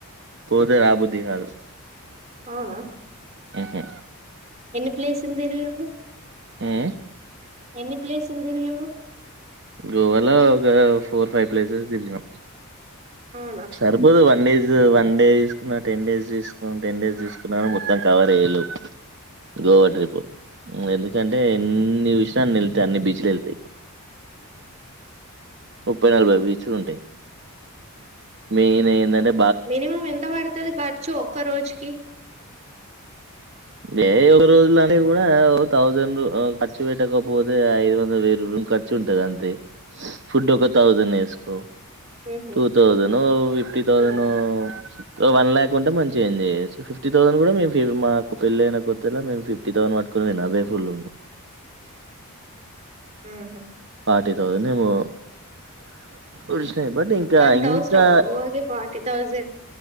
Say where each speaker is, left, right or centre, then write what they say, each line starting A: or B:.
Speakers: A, on the right (about 55°); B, on the right (about 30°).
A: పోతే రాబుద్ది కాదు
B: అవునా
A: ఉహు
B: ప్లేస్ ఎంతిరిగిండ్రు
A: ఉమ్మ్
B: ఎన్ని ప్లేస్లు తిరిగిళ్లు
A: గోవాల ఒక ఫోర్ ఫైవ్ ప్లేసెస్ తిరిగినాం
B: అవునా
A: సరిపోదు వన్ డేజ్ వన్ డే తీసుకున్నా టెన్ డేస్ తీసుకు టెన్ డేస్ తిసుకున్నా మొత్తం కవర్ చెయ్యలేవు గోవా ట్రిప్పు ఎందుకంటే ఎన్ని చూసినా అన్ని ఎళ్తాయి అన్ని బీచ్లు ఎళ్తాయి ముప్పై నలబై బీచ్లూంటాయి మెయిన్ ఏందంటే
B: మినిమమం ఎంత పడుతది ఖర్చు ఒక్క రోజుకి
A: వే ఒగా రోజులనేే కూడా ఒ తౌసండ్ ఖర్చు పెట్టకపోతే ఐదు వంద వే రూమ్ ఖర్చు ఉంటది అంతే ఫుడ్ ఒక థౌసండ్ ఎసుకో
B: ఉహు
A: టూ థౌసేండ్ నో ఫిఫ్టీ తౌసనో
B: ఉహు
A: ఓ వన్ ల్యాక్ ఉంటే మంచిగా ఎంజాయ్ చేయ్యచ్చు ఫిఫ్టీ థౌండ్ మే మాకు పెళ్ళ అయిన కొత్తలా మేం ఫిఫ్ టి థౌసండ్ పట్టుకొని పోయిన అవ్వే ఫుల్
B: ఆహా
A: ఫార్టీ థౌజండ్ ఏమో ఒడష్ నై బట్ ఇంకా
B: గంత
A: ఇంకా
B: అవసరమా గోవాకి ఫార్టీ థౌజండ్